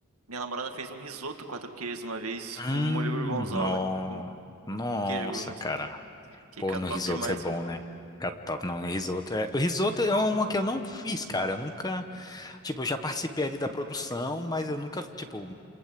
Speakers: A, on the right; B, on the left.
A: Minha namorada fez um risoto quatro queijos uma vez
B: Hum,
A: com molho gorgonzola,
B: no...
A: com,
B: Nossa,
A: com queijo gorgonzola.
B: cara.
A: Fica
B: Pô, no
A: top
B: risoto
A: demais.
B: é bom, né? Fica top. Não, no risoto é... O risoto é uma que eu não fiz, cara. Eu nunca... Tipo, eu já participei ali da produção, mas eu nunca, tipo,